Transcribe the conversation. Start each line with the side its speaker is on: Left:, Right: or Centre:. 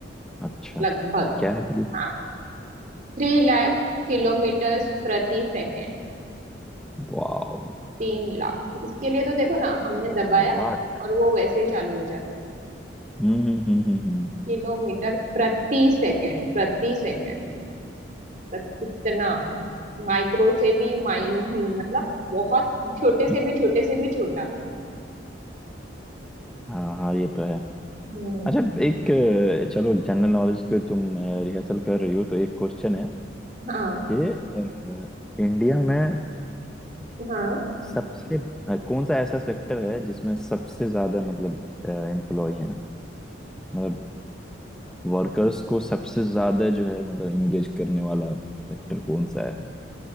Centre: अच्छा
Right: लगभग
Centre: क्या है फिर
Right: हाँ थ्री लाख किलोमीटर प्रति सेकेंड
Centre: वाओ
Right: तीन लाख इसके लिए तो देखो ना हमने दबाया
Centre: नाक
Right: और वो वैसे ही चालू हो जाता है
Centre: हम्म हम्म हम्म, हम्म,
Right: किलोमीटर प्रति सेकंड प्रति सेकंड मतलब कितना माइक्रो से भी माइन मतलब बहुत छोटे से
Centre: हम्म।
Right: भी छोटे से भी छोटा
Centre: हाँ हाँ ये तो है
Right: हम्म
Centre: अच्छा एक अ, चलो जनरल नॉलेज पे तुम रिहर्सल कर रही हो तो एक क्वेश्चन है
Right: हाँ
Centre: कि अ, इंडिया में
Right: हाँ
Centre: सबसे अ, कौन सा ऐसा सेक्टर है जिसमें सबसे ज्यादा मतलब एम्प्लॉय हैं मतलब वर्कर्स को सबसे ज्यादा जो है मतलब एंगेज करने वाला सेक्टर कौन सा है